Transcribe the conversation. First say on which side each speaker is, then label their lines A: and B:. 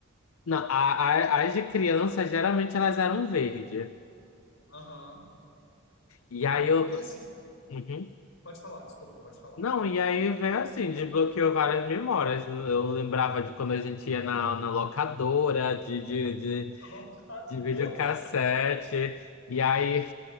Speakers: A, on the left; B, on the left.
A: Não, a- a- as de criança geralmente elas eram verde.
B: Aham.
A: E aí
B: É porque
A: eu.
B: assim,
A: Uhum.
B: pode falar, desculpa, pode falar.
A: Não, e aí vem assim, desbloqueou várias memórias. Eu lembrava de quando a gente ia na, na locadora de, de, de,
B: A Locadora.
A: de videocassete. E aí,